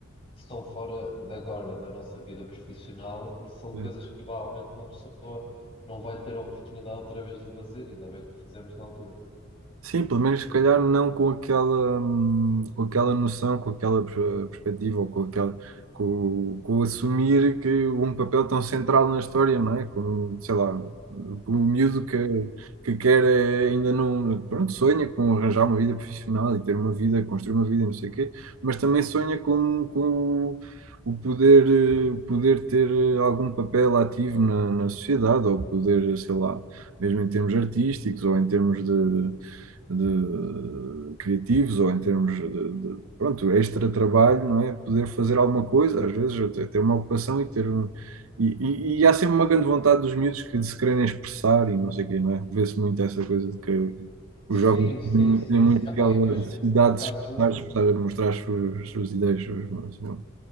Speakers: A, on the left; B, on the right.
A: estão fora de agora, da nossa vida profissional, e são
B: claro.
A: coisas que provavelmente uma pessoa não vai ter a oportunidade outra vez de fazer, ainda bem que fizemos na altura.
B: Sim, pelo menos se calhar não com aquela, hum, com aquela noção, com aquela per- perspectiva ou com aquela, com, com assumir que um papel tão central na história, não é? Como, sei lá, o o miúdo que, que quer é, ainda não, pronto, sonha com arranjar uma vida profissional e ter uma vida, construir uma vida, e não sei o quê, mas também sonha com, com o o poder, eh, poder ter eh, algum papel ativo na, na sociedade ou poder, sei lá, mesmo em termos artísticos ou em termos de de criativos ou em termos de, de- pronto, extra trabalho, não é? Poder fazer alguma coisa, às vezes até ter uma ocupação e ter um. E, e, e há sempre uma grande vontade dos miúdos que de se quererem expressar e não sei o quê, não é? Vê-se muito essa coisa de que os
A: Sim,
B: jovens
A: sim, sim,
B: têm muito
A: sim. Epá,
B: aquela
A: e depois,
B: necessidade
A: por acaso,
B: de se expressar, de expressar, de mostrar as suas, as suas ideias, os seus, os seus